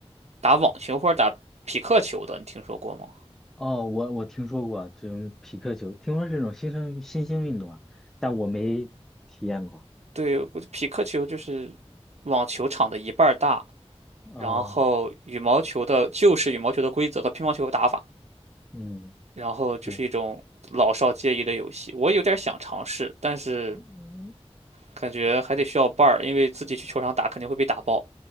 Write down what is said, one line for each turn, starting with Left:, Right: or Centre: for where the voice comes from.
Right: 打网球或者打匹克球的，你听说过吗？
Centre: 哦，我我听说过这种匹克球，听说这种新生新兴运动啊，但我没体验过。
Right: 对，我觉得匹克球就是网球场的一半儿大，
Centre: 啊，
Right: 然后羽毛球的就是羽毛球的规则和乒乓球的打法，
Centre: 嗯，
Right: 然后就是一种老少皆宜的游戏。
Centre: 对，
Right: 我有点想尝试，但是
Centre: 嗯，
Right: 感觉还得需要伴儿，因为自己去球场打肯定会被打爆。